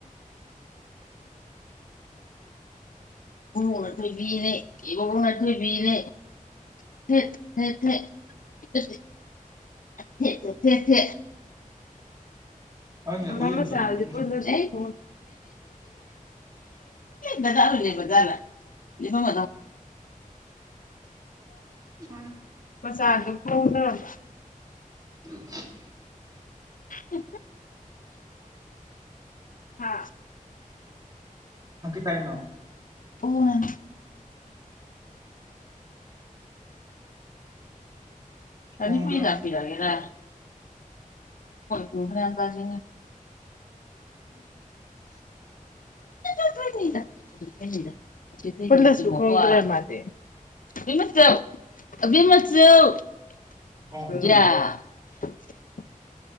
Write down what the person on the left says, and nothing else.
<inaudible> ꯕꯕꯨꯡꯅ ꯊꯣꯏꯕꯤꯅꯦꯦ ꯏ ꯕꯨꯡꯅ ꯊꯣꯏꯕꯤꯅꯦꯦ ꯊꯦꯠ ꯊꯦꯠ ꯊꯦꯠ ꯦꯦ ꯊꯦ ꯊꯦ
ꯑꯃ ꯃ
ꯁꯗꯤ
ꯄꯨꯗꯗꯤ ꯕꯗꯥꯥꯔ ꯂꯩꯦꯕꯗꯂ ꯐꯝ
ꯃꯆꯥꯥ ꯑꯗꯨ ꯐꯧꯗ꯭ꯔꯕ
ꯎ ꯍꯥ
ꯑꯣ ꯅ
ꯑꯅꯤ ꯄꯨꯏ ꯀꯥꯁꯤꯤꯔꯒꯦꯔ ꯕ꯭ꯔꯩꯅ
ꯂꯨ ꯃꯥ ꯃꯆꯃꯆ ꯖꯌꯥ